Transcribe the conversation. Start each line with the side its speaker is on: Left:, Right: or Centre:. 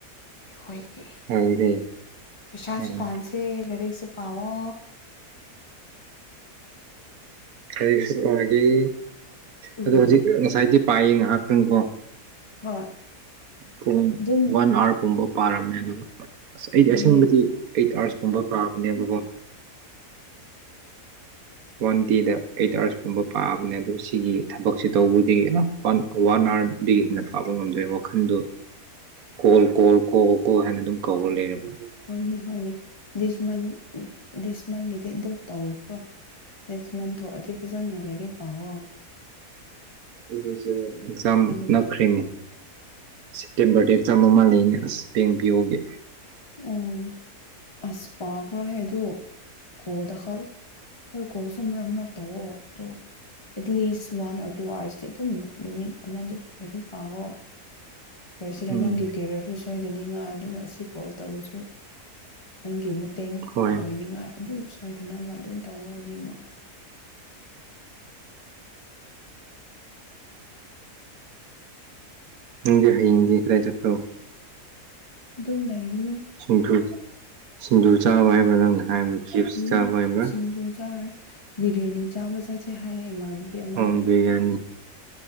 Left: ꯑꯩꯈꯣꯏꯒꯤ
Right: ꯍꯥꯏꯔꯦ
Left: ꯑꯗꯨꯒꯤ ꯄꯩꯁꯥꯁꯨ
Right: ꯎꯝ
Left: ꯇꯥꯟꯁꯦ ꯂꯥꯏꯔꯤꯛꯁꯨ ꯄꯥꯎꯋꯣ
Right: ꯂꯥꯢꯔꯤꯛꯁꯨ ꯄꯥꯒꯦ
Left: ꯎꯝ
Right: ꯑꯗꯣ ꯍꯧꯖꯤꯛ ꯉꯁꯥꯏꯗꯤ ꯄꯥꯏꯌꯦ ꯉꯥꯏꯍꯥꯛꯇꯪꯀꯣ
Left: ꯍꯣꯏ
Right: ꯄꯨꯡ
Left: ꯑꯗꯨꯝ
Right: ꯋꯥꯟ ꯑꯋꯥꯔ ꯄꯨꯝꯕ ꯄꯥꯔꯝꯃꯦ ꯑꯗꯨ ꯑꯁ ꯑꯩꯗꯤ
Left: ꯑꯗꯨꯅꯦ
Right: ꯑꯁꯦꯡꯕꯗꯤ ꯑꯩꯠ ꯑꯋꯥꯔꯁꯀꯨꯝꯕ ꯄꯥꯕꯅꯦꯕꯀꯣ
Left: <inaudible>
Right: ꯋꯥꯟ ꯗꯦꯗ ꯑꯩꯠ ꯑꯋꯥꯔꯁꯀꯨꯝꯕ ꯄꯥꯕꯅꯦ ꯑꯗꯣ ꯁꯤꯒꯤ ꯊꯕꯛꯁꯤ ꯇꯧꯕꯗꯒꯤ ꯑꯥ ꯋꯥꯟ ꯋꯥꯟ ꯑꯋꯥꯔꯗꯤ ꯍꯦꯟꯅ ꯄꯥꯕ ꯉꯝꯗ꯭ꯔꯦ ꯃꯈꯟꯗꯨ ꯀꯣꯜ ꯀꯣꯜ ꯀꯣ ꯀꯣ ꯍꯥꯏꯅ ꯑꯗꯨꯝ ꯀꯧꯔ ꯂꯩꯔꯕ
Left: ꯍꯣꯢꯅꯦ ꯍꯣꯢꯅꯦ ꯗꯤꯁ ꯃꯥꯟꯁ ꯗꯤꯁ ꯃꯟꯒꯤꯗꯤ ꯑꯗꯨꯝ ꯇꯧꯈ꯭ꯔꯣ ꯅꯦꯛꯁ ꯃꯥꯟꯁꯗꯣ ꯑꯗꯨ ꯐꯖꯅ ꯂꯥꯏꯔꯤꯛ ꯄꯥꯎꯑꯣ
Right: ꯎꯝ ꯑꯗꯨꯁꯨ ꯑꯦꯛꯖꯥꯝ
Left: ꯍꯥꯏꯕꯗꯤ
Right: ꯅꯛꯈ꯭ꯔꯦꯅꯦ ꯁꯦꯞꯇꯦꯝꯕꯔꯗ ꯑꯦꯛꯖꯥꯝ ꯑꯃ ꯂꯩꯅꯦ ꯑꯁ ꯕꯦꯡ ꯄꯤꯌꯣꯒꯤ
Left: ꯑꯣ ꯑꯁ ꯄꯥꯈ꯭ꯔꯣ ꯑꯗꯨ ꯀꯣꯜꯗ ꯈꯛ ꯍꯣꯏ ꯀꯣꯜꯁꯨ ꯃꯔꯛ ꯃꯔꯛ ꯇꯧꯋꯣ ꯑꯗꯣ ꯑꯦꯠꯂꯤꯁ ꯋꯥꯟ ꯑꯣꯔ ꯇꯨ ꯑꯥꯋꯔꯁꯇꯤ ꯑꯗꯨꯝ ꯅꯨꯃꯤꯠ ꯑꯃꯗ ꯑꯗꯨꯝ ꯂꯥꯢꯔꯤꯛ ꯄꯥꯎꯋꯣ ꯀꯔꯤ ꯍꯥꯏꯁꯤꯔ
Right: ꯎꯝ
Left: ꯅꯪꯒꯤ ꯀꯦꯔꯤꯌꯔꯁꯨ ꯁꯣꯏꯗꯅꯤꯡꯉꯥꯏ ꯑꯗꯨꯒ ꯁꯤ ꯀꯣꯜ ꯇꯧꯕꯁꯨ ꯅꯪꯒꯤ ꯃꯇꯦꯡ
Right: ꯍꯣꯏ
Left: ꯑꯣꯏꯅꯤꯡꯉꯥꯏ ꯑꯗꯨꯝ ꯁꯣꯏꯗꯅꯕ ꯑꯗꯨꯝ ꯇꯧꯋꯣ ꯑꯅꯤꯃꯛ
Right: ꯅꯪꯗꯤ ꯍꯌꯦꯡꯗꯤ ꯀꯗꯥꯏ ꯆꯠꯕ꯭ꯔꯣ
Left: ꯑꯗꯨꯝ ꯂꯩꯒꯅꯤ
Right: ꯁꯤꯡꯖꯨ ꯁꯤꯡꯖꯨ ꯆꯥꯕ
Left: ꯅꯣ
Right: ꯍꯥꯏꯕ꯭ꯔꯥ ꯅꯪꯅ ꯍꯥꯏꯕꯗꯨ ꯆꯩꯞꯁ
Left: ꯎꯝ
Right: ꯆꯥꯕ ꯍꯥꯏꯕ꯭ꯔꯥ
Left: ꯁꯤꯡꯖꯨ ꯆꯥꯔꯣꯏ ꯕꯤꯔꯌꯥꯅꯤ ꯆꯥꯕ ꯆꯦꯠꯁꯦ ꯍꯥꯏꯌꯦ ꯏꯃꯥꯟꯅꯕꯤ ꯑꯃꯗꯨꯅ
Right: ꯑꯣ ꯕꯤꯔꯌꯥꯅꯤ